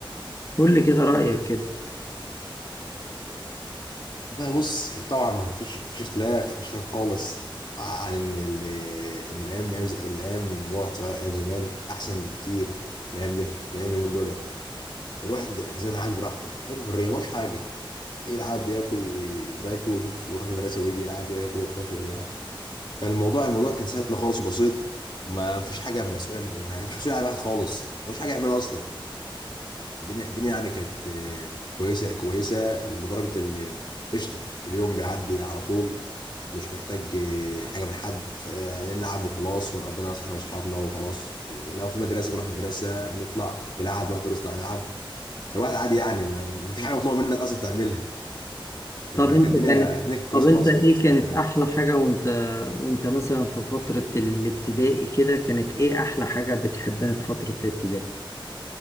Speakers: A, on the left; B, on the left.
A: قول لي كده رأيك كده
B: لا بص هي طبعا ما فيش فيش اختلاف مش اختلاف خالص عن ان ال- ان الايام أيام ز- الايام وقت صغير ايام زمان احسن بكتير الايام ده الايام اليومين دول الواحد زمان عايش براحته عايش بحريه ملوش حاجه يلعب ياكل ويراكل ويشوف يروح مدرسه ويجي يلعب ياكل ويروح مدرسه ويجي يلعب فالموضوع الموضوع كان سهل خالص وبسيط ما فيش حاجه مسؤوله ما فيش مسؤوليه على الواحد خالص ملوش حاجه يعملها اصلا الدنيا الدنيا يعني كانت آه، كويسه كويسه لدرجه اللي قشطه اليوم بيعدي على طول مش محتاج آه، حاجه من حد ف- آه، نلعب وخلاص ونقضي ناس احنا واصحابنا وخلاص لو في مدرسه بنروح مدرسه بنطلع نلعب نروح دروسنا نلعب فالواحد عادي يعني ما ما فيش حاجه مطلوبه منك اصلا تعملها كان-
A: طب
B: فكانت
A: انت
B: الدنيا
A: كان
B: الدنيا كانت كويسه
A: طب انت
B: خالص
A: ايه
B: خالص
A: كانت
B: كمان
A: احلى حاجة وانت وانت مثلا في فترة الابتدائي كده كانت ايه احلى حاجة بتحبها في فترة الابتدائي